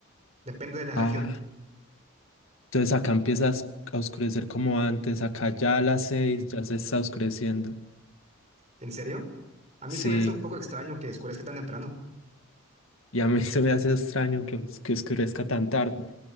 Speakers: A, on the right (about 30°); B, on the left (about 70°).
A: Depende de la
B: Ah,
A: región.
B: Entonces acá empieza a os- a oscurecer como antes, acá ya a las seis ya se está oscureciendo.
A: ¿En serio? A mí
B: Sí,
A: se me hace un poco extraño que oscurezca tan temprano.
B: y a mí <laughs> se me hace extraño que, os- que oscurezca tan tarde.